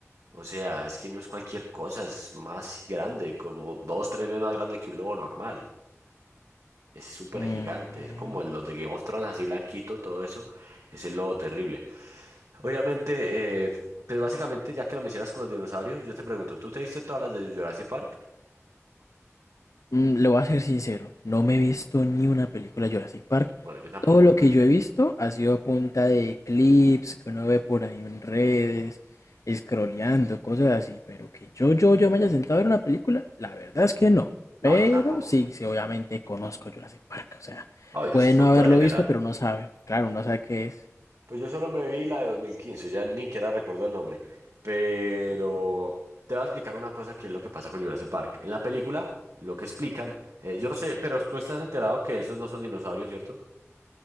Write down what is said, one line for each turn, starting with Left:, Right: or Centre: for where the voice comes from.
Right: O sea, es que no es cualquier cosa, es más grande, como dos, tres veces más grande que un lobo normal. Es súper
Left: Mm,
Right: gigante, es como los de Game of Thrones, así blanquito, todo eso. Es el lobo terrible. Obviamente, eh, pues básicamente, ya que lo mencionas con los dinosaurios, yo te pregunto, ¿tú te viste todas las de Jurassic Park?
Left: mm, le voy a ser sincero, no me he visto ni una película de Jurassic Park.
Right: Bueno, yo tampoco.
Left: Todo lo que yo he visto ha sido a punta de clips que uno ve por ahí en redes, scrolleando, cosas así. Pero que yo, yo, yo me haya sentado a ver una película, la verdad es que no.
Right: No,
Left: Pero
Right: yo tampoco.
Left: sí, sí, obviamente conozco Jurassic Park. O sea,
Right: Obvio,
Left: puede
Right: sí, cultura
Left: no haberlo
Right: general.
Left: visto, pero uno sabe. Claro, uno sabe qué es.
Right: Pues yo solo me vi la de 2015 ya ni siquiera recuerdo el nombre. Pero te voy a explicar una cosa que es lo que pasa con Jurassic Park. En la película, lo que explican, eh, yo no sé, pero tú estás enterado que esos no son dinosaurios, ¿cierto?